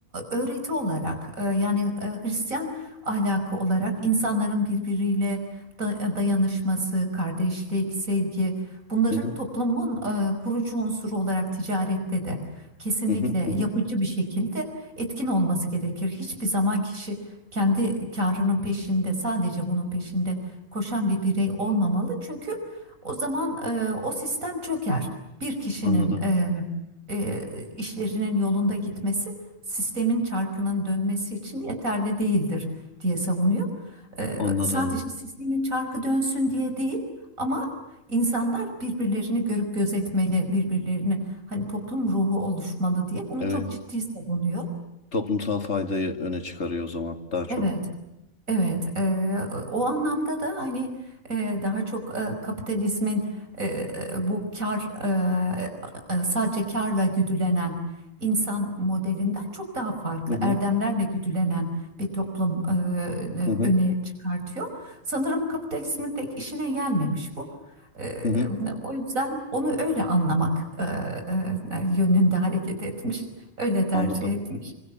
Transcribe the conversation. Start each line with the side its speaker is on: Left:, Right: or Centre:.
Right: öğreti olarak e, yani e, Hristiyan ahlakı olarak insanların birbiriyle da- e, dayanışması, kardeşlik, sevgi bunların
Left: hı hı,
Right: toplumun e, kurucu unsuru olarak ticarette de kesinlikle
Left: hı hı, hı hı.
Right: yapıcı bir şekilde etkin olması gerekir. Hiçbir zaman kişi kendi karının peşinde sadece bunun peşinde koşan bir birey olmamalı. Çünkü o zaman e, o sistem çöker. Bir kişinin
Left: Anladım,
Right: e, e, işlerinin yolunda gitmesi sistemin çarkının dönmesi için yeterli değildir diye savunuyor. E,
Left: anladım.
Right: sadece sistemin çarkı dönsün diye değil ama insanlar birbirlerini görüp gözetmeli, birbirlerini hani toplum ruhu oluşmalı diye bunu
Left: Evet,
Right: çok ciddi savunuyor.
Left: toplumsal faydayı öne çıkarıyor o zaman daha çok.
Right: Evet. Evet, eee, o anlamda da hani eee, daha çok eee, kapitalizmin eee, bu kar eee, eee, sadece karla güdülenen insan modelinden çok daha farklı
Left: Hı hı,
Right: erdemlerle güdülenen bir toplum eee,
Left: hı hı,
Right: öne çıkartıyor. Sanırım kapitalizmin pek işine gelmemiş bu. Eee,
Left: hı hı.
Right: o yüzden onu öyle anlamak eee, eee, yönünde hareket etmiş, öyle tercih
Left: Anladım.
Right: etmiş.